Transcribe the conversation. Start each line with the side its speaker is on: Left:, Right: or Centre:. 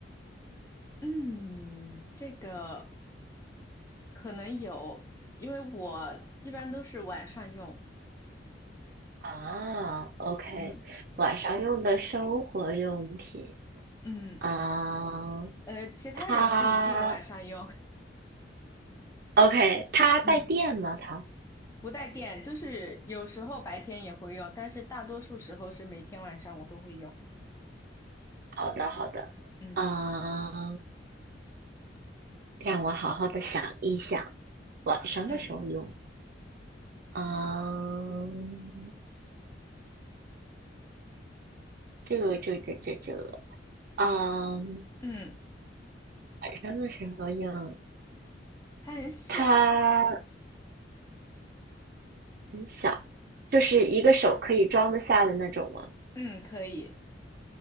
Left: 嗯，这个可能有，因为我一般都是晚上用。
Right: 啊，OK，
Left: 嗯
Right: 晚上用的生活用品
Left: 嗯，
Right: 啊，
Left: 呃，其他人不一定晚上用。
Right: 它 OK，它带电吗？
Left: <laughs> 嗯，
Right: 它
Left: 不带电，就是有时候白天也会用，但是大多数时候是每天晚上我都会用。
Right: 好的，好的，
Left: 嗯
Right: 啊，让我好好的想一想，晚上的时候用。
Left: 嗯
Right: 嗯，这个这个这个这个，嗯，
Left: 嗯，
Right: 晚上的时候用，
Left: 它很小。
Right: 它很小，就是一个手可以装得下的那种吗
Left: 嗯，可以。